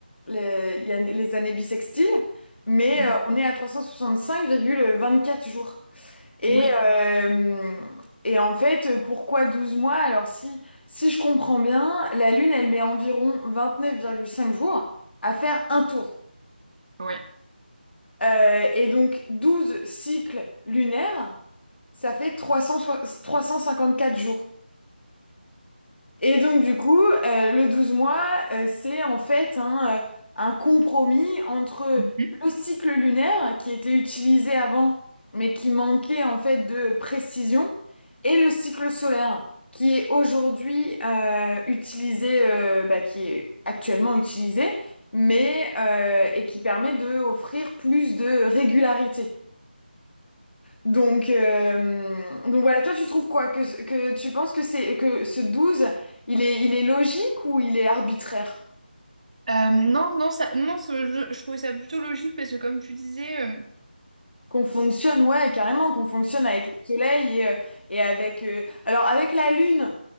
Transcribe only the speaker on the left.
les, il y a les années bissextiles, mais
euh, on est à 365,24 jours. Et,
euh, et en fait, pourquoi 12 mois? Alors si, si je comprends bien, la Lune, elle met environ 29,5 jours à faire un tour.
Euh, et donc 12 cycles lunaires, ça fait 300 soi- quatre jours. Et donc du coup, euh, le 12 mois, euh, c'est en fait un, euh, un compromis entre
le cycle lunaire qui était utilisé avant, mais qui manquait en fait de précision, et le cycle solaire qui est aujourd'hui euh, utilisé, euh, bah, qui est actuellement utilisé, mais euh, et qui permet de offrir plus de régularité. Donc, euh, donc voilà, toi tu trouves quoi? Que, que tu penses que c'est que ce 12, il est, il est logique ou il est arbitraire?
Qu'on fonctionne, ouais, carrément, qu'on fonctionne avec le soleil et, euh, et avec... euh, alors avec la lune,